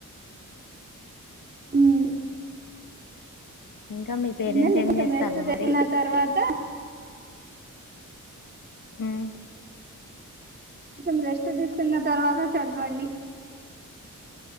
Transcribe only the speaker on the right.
హుమ్
ఉండనీ
కొంచం
రెస్ట్ తీస్కొన్న
తర్వాత
కొంచెం రెస్ట్ తీసుకున్న తర్వాత చదవండి